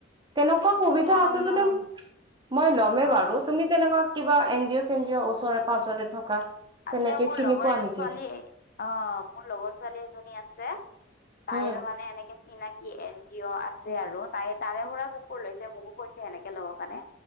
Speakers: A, on the right (about 25°); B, on the left (about 50°).
A: তেনেকুৱা সুবিধা
B: বহুত মৰম
A: আছে যদি
B: লগা
A: মই লমে
B: অ
A: বাৰু তুমি তেনেকুৱা কিবা এন জিও' চেন জিওঅ' ওচৰে -পাঁজৰে থকা
B: আছে।
A: তেনেকে
B: মোৰ
A: চিনি
B: লগৰ
A: পোৱা নেকি?
B: ছোৱালী -অ মোৰ লগৰ ছোৱালী এজনী আছে। তাইৰ
A: উম,
B: মানে এনেকে চিনাকি কি এন জিঅ' আছে আৰু তাই তাৰে পৰা কুকুৰ লৈছে। মোকো কৈছে সেনেকে ল'বৰ কাৰণে